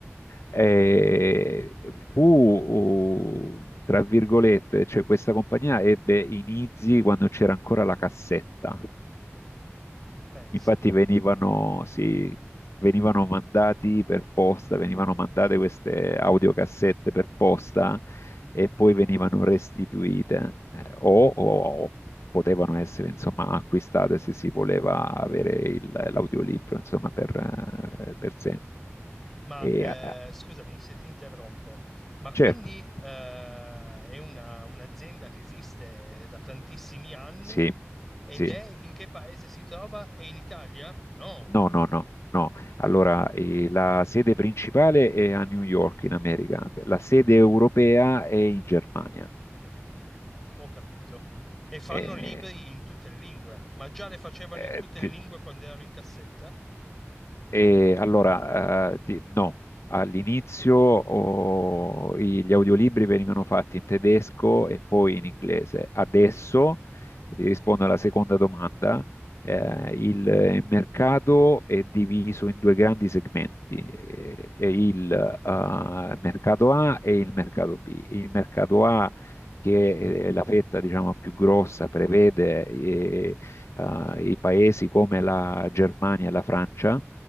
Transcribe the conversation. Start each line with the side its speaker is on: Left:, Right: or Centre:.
Left: Eh, fu, uh, tra virgolette, cioè questa compagnia ebbe inizi quando c'era ancora la cassetta.
Centre: pensa.
Left: Infatti venivano, sì, venivano mandati per posta, venivano mandate queste audiocassette per posta e poi venivano restituite eh, o, o- o potevano essere insomma acquistate se si voleva avere il- l'audiolibro insomma per, eh, per sempre.
Centre: Ma
Left: E,
Centre: eh,
Left: eh,
Centre: scusami se ti interrompo, ma quindi
Left: certo,
Centre: eh, è una- un'azienda che esiste da tantissimi anni
Left: sì,
Centre: Ed
Left: sì.
Centre: è in che paese si trova? È in Italia? No,
Left: No, no, no, no. Allora, eh, la sede principale è a New York, in America, la sede europea è in Germania.
Centre: ho capito. E fanno
Left: Eh,
Centre: libri in tutte le lingue, ma già le facevano
Left: eh,
Centre: in tutte
Left: ti-
Centre: le lingue quando erano in cassetta?
Left: E allora, eh, ti- no, all'inizio oh, i- gli audiolibri venivano fatti in tedesco e poi in inglese. Adesso, ti rispondo alla seconda domanda, eh, il mercato è diviso in due grandi segmenti, eh, e il eh, mercato A e il mercato B. Il mercato A, che è la fetta, diciamo, più grossa, prevede eh, eh, i paesi come la Germania e la Francia